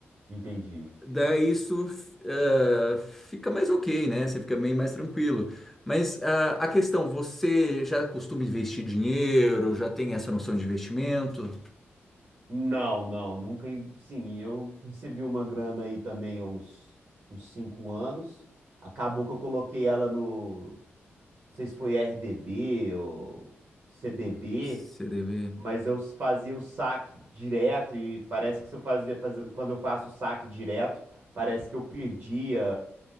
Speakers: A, on the right; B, in the centre.
A: entendi.
B: Daí isso eh, fica mais ok, né? Você fica bem mais tranquilo. Mas ah, a questão, você já costuma investir dinheiro, já tem essa noção de investimento?
A: Não, não, nunca. in- Sim, e eu recebi uma grana aí também há uns, uns cinco anos. Acabou que eu coloquei ela no. Não sei se foi RDB ou CDB.
B: CDB.
A: Mas eu fazia o saque direto e parece que se eu fazia, fazendo, quando eu faço o saque direto, parece que eu perdia